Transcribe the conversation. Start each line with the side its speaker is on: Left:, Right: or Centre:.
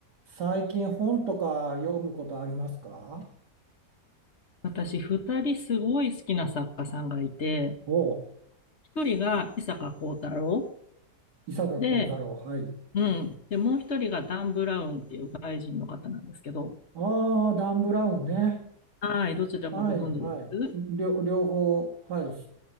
Right: 最近本とか読むことありますか
Left: 私、二人すごい好きな作家さんがいて、
Right: おう、
Left: 一人が伊坂幸太郎
Right: 伊坂幸太郎、
Left: で、
Right: はい。
Left: うん。で、もう一人がダン・ブラウンっていう外人の方なんですけど、
Right: ああ、ダン・ブラウンね。
Left: はい、どちらかご存知です
Right: はい、はい。両、両方、はい、知っ